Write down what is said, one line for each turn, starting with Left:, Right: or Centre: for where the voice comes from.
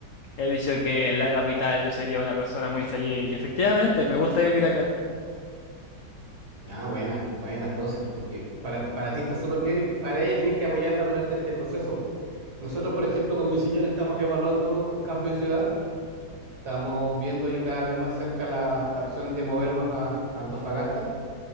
Left: he dicho que en la capital yo sería una persona muy feliz y efectivamente me gusta vivir acá.
Right: Ah, buena, buena, entonces, porque para, para ti está súper bien y para ella tenés que apoyarla durante este proceso. Nosotros, por ejemplo, con mi señora estamos evaluando un cambio de ciudad, estamos viendo ahí cada vez más cerca la, la opción de movernos a, a Antofagasta